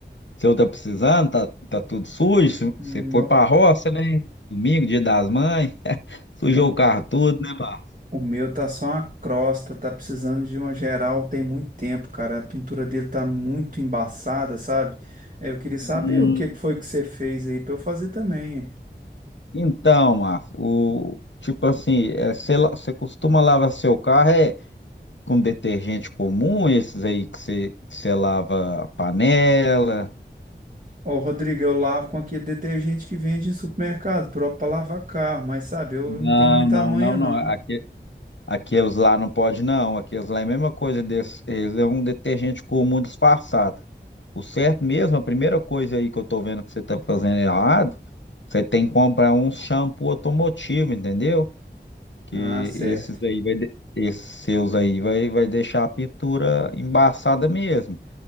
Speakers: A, on the left; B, on the right.
A: Se eu tá precisando, tá, tá tudo sujo.
B: Hum,
A: Você foi
B: nó-
A: pra roça, né? Domingo, dia das mães. <laughs> Sujou
B: o,
A: o carro tudo, né, Márcio?
B: o meu tá só uma crosta, tá precisando de uma geral tem muito tempo, cara. A pintura dele tá muito embaçada, sabe? É, Eu queria saber
A: Hum,
B: o que que foi que você fez aí pra eu fazer também.
A: então, Márcio, o, tipo assim, é, você, la- você costuma lavar seu carro é com detergente comum, esses aí que você, que você lava a panela?
B: Ó, Rodrigo, eu lavo com aquele detergente que vende em supermercado, próprio para lavar carro, mas sabe, eu
A: Não,
B: não tenho muita
A: não,
B: manha,
A: não,
B: não.
A: não. Aque- aqueles lá não pode, não. Aqueles lá é a mesma coisa desse. Eles é um detergente comum disfarçado. O certo mesmo, a primeira coisa aí que eu tô vendo que você tá fazendo errado, você tem que comprar um shampoo automotivo, entendeu? Que
B: Ah, certo.
A: esses aí vai, de- esses seus aí vai, vai deixar a pintura embaçada mesmo.